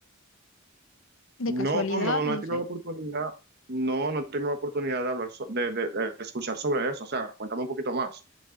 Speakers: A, on the left; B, on the right.
A: De
B: No,
A: casualidad,
B: no, no
A: no
B: he tenido
A: sé.
B: la oportunidad, no, no he tenido la oportunidad de hablar, so- de, de- de escuchar sobre eso. O sea, cuéntame un poquito más.